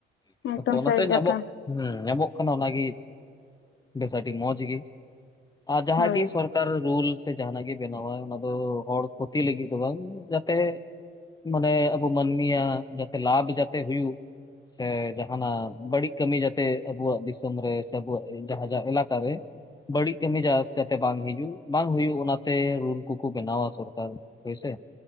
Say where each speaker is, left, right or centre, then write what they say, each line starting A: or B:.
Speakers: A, on the left (about 65°); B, on the left (about 20°).
A: ᱮᱠᱫᱚᱢ
B: ᱚᱱᱟᱛᱮ
A: ᱥᱟᱹᱨᱤ ᱠᱟᱛᱷᱟ
B: ᱧᱟᱢᱚᱜ ᱦᱮ ᱧᱟᱢᱚᱜ ᱠᱟᱱᱟ ᱚᱱᱟᱜᱤ ᱵᱮᱥ ᱟᱹᱰᱤ ᱢᱚᱸᱡᱽ ᱜᱤ ᱟᱨ ᱡᱟᱦᱟᱸᱜᱤ
A: ᱦᱳᱭ
B: ᱥᱚᱨᱠᱟᱨ ᱥᱚᱨᱠᱟᱨ ᱨᱩᱞ ᱥᱮ ᱡᱟᱦᱟᱱᱟᱜ ᱜᱤ ᱵᱮᱱᱟᱣᱟᱭ ᱚᱱᱟ ᱫᱚ ᱦᱚᱲ ᱠᱷᱚᱛᱤ ᱞᱟᱹᱜᱤᱫ ᱫᱚ ᱵᱟᱝ ᱡᱟᱛᱮ ᱢᱟᱱᱮ ᱟᱵᱚ ᱢᱟᱹᱱᱢᱤᱭᱟᱜ ᱡᱟᱛᱮ ᱞᱟᱵᱷ ᱡᱟᱛᱮ ᱦᱩᱭᱩᱜ ᱥᱮ ᱡᱟᱦᱟᱸᱱᱟᱜ ᱵᱟᱹᱲᱤᱡ ᱠᱟᱹᱢᱤ ᱡᱟᱛᱮ ᱟᱵᱩᱣᱟᱜ ᱫᱤᱥᱚᱢ ᱨᱮ ᱥᱮ ᱟᱵᱚᱣᱟᱜ ᱡᱟᱦᱟᱸ ᱡᱟᱦᱟᱸ ᱮᱞᱟᱠᱟᱟᱨᱮ ᱵᱟᱹᱲᱤᱡ ᱠᱟᱹᱢᱤ ᱡᱟ ᱡᱟᱛᱮ ᱵᱟᱝ ᱦᱤᱡᱩᱜ ᱵᱟᱝ ᱦᱩᱭᱩᱜ ᱚᱱᱟᱛᱮ ᱨᱩᱞ ᱠᱚᱠᱚ ᱵᱮᱱᱟᱣᱟ ᱥᱚᱨᱠᱟᱨ ᱦᱳᱭᱥᱮ